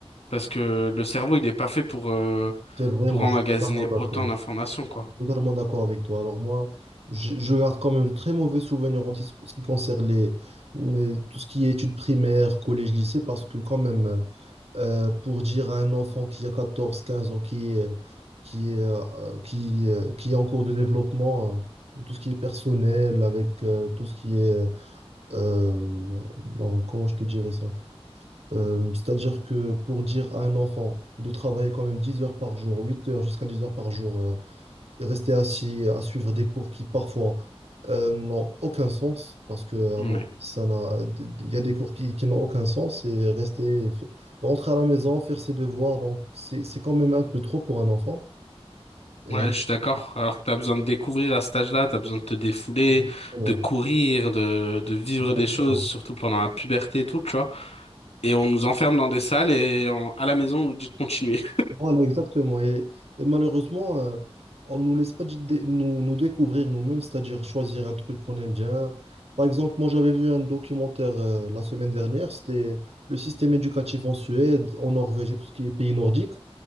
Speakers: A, on the left (about 80°); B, on the right (about 75°).
A: parce que le cerveau, il n'est pas fait pour, euh,
B: c'est vrai,
A: pour
B: moi,
A: emmagasiner
B: je suis totalement d'accord.
A: autant d'informations, quoi.
B: Totalement d'accord avec toi. Alors moi, je, je garde quand même de très mauvais souvenirs en ce ce qui concerne les, mais tout ce qui est études primaires, collège, lycée, parce que quand même, euh, pour dire à un enfant qui a 14, 15 ans, qui est, qui est, euh, qui, euh, qui est en cours de développement, euh, tout ce qui est personnel, avec euh, tout ce qui est, euh, bon, comment je te dirais ça? Euh, c'est-à-dire que pour dire à un enfant de travailler quand même 10 heures par jour, 8 heures jusqu'à 10 heures par jour, euh, de rester assis à suivre des cours qui parfois euh, n'ont aucun sens, parce que à
A: Ouais.
B: moi ça n'a, il y a des cours qui, qui n'ont aucun sens, et rester, fa- rentrer à la maison, faire ses devoirs, donc c'est c'est quand même un peu trop pour un enfant. Et-
A: Ouais, je suis d'accord. Alors, tu as besoin de découvrir à cet âge-là, tu as besoin de te défouler,
B: Exactement.
A: de courir, de, de vivre
B: Exactement.
A: des choses, surtout pendant la puberté et tout, tu vois. Et on nous enferme dans des salles et en- à la maison, on nous dit de continuer.
B: Voilà, exactement. Et, et malheureusement, euh, on ne nous laisse pas dé- dé- nous, nous découvrir nous-mêmes, c'est-à-dire choisir un truc qu'on aime bien. Par exemple, moi, j'avais vu un documentaire euh, la semaine dernière, c'était le système éducatif en Suède, en Norvège et tout ce qui est pays nordique.